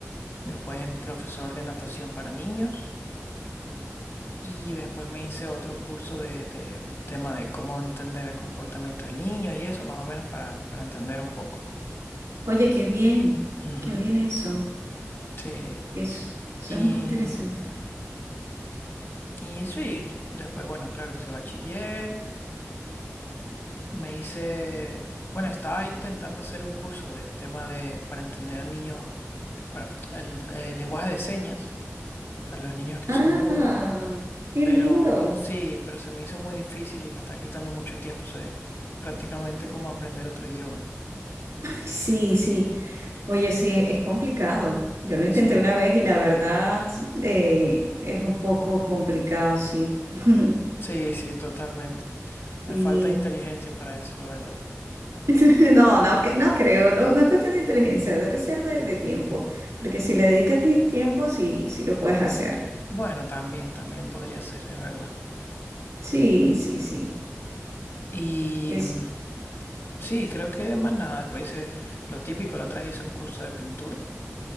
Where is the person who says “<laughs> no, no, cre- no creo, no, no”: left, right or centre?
Right